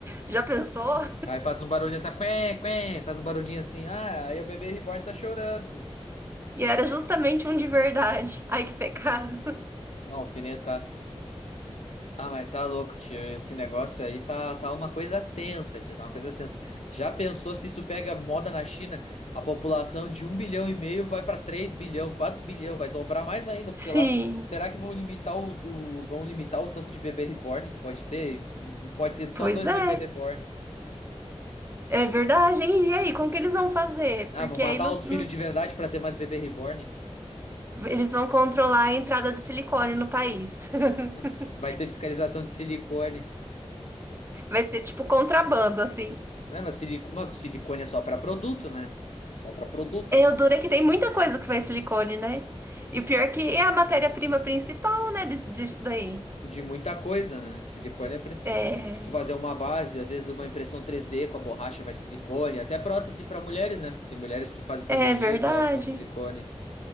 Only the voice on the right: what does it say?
Já pensou?
E era justamente um de verdade. Ai, que pecado.
Sim,
pois
é.
É verdade, hein? E aí, como que eles vão fazer?
Porque
aí no-
no-
eles vão controlar a entrada de silicone no país. <laughs>
Vai ser tipo contrabando, assim.
É, o duro é que tem muita coisa que vai silicone, né? E o pior é que é a matéria-prima principal, né, dis- disso daí.
É,
é verdade.